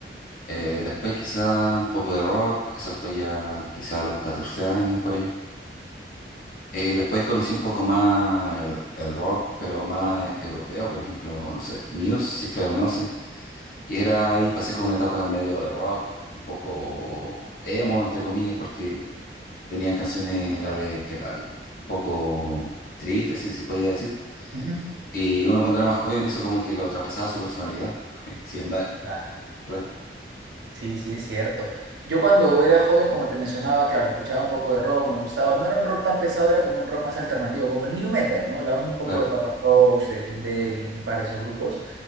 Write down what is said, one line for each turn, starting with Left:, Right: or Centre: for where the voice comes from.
Left: Eh, después quizás un poco de rock, eso fue ya quizás a los 14 años por ahí. Eh, después conocí un poco más el, el rock, pero más europeo, por ejemplo, no sé, Muse, si es que la conoce. Y era ahí, pasé como una etapa en medio de rock, un poco emo, entre comillas, porque Tenían canciones la vez que eran un poco tristes, si se podía decir.
Right: Ujú.
Left: Y uno cuando era más joven, eso como que lo traspasaba a su personalidad. <laughs> Si anda,
Right: Claro.
Left: claro,
Right: Sí, sí, es cierto. Yo cuando era joven, como te mencionaba, claro, escuchaba un poco de rock, me gustaba. No era un rock tan pesado, era como un rock más alternativo, como el new metal, ¿no? La onda un poco
Left: claro.
Right: de Papa Roach, de Green Day, Linkin Park, esos grupos.